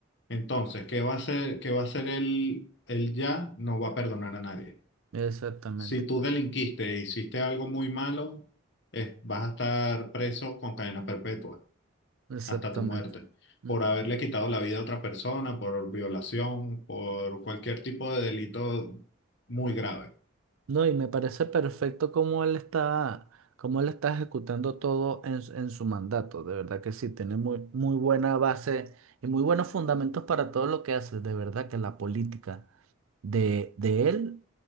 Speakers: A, on the left; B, on the right.
A: Entonces, ¿qué va a hacer, qué va a hacer él, él ya? No va a perdonar a nadie.
B: Exactamente,
A: Si tú delinquiste e hiciste algo muy malo, es- vas a estar preso con cadena perpetua
B: exactamente.
A: hasta tu muerte,
B: Mm.
A: por haberle quitado la vida a otra persona, por violación, por cualquier tipo de delito muy grave.
B: No, y me parece perfecto cómo él está, cómo él está ejecutando todo en, su en su mandato. De verdad que sí, tiene muy, muy buena base y muy buenos fundamentos para todo lo que hace. De verdad que la política de, de él